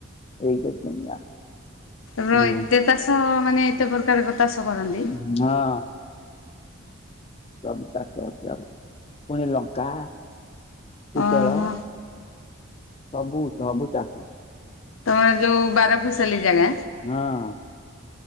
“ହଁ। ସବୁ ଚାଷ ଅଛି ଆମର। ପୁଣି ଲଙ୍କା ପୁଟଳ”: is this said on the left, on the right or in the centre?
Left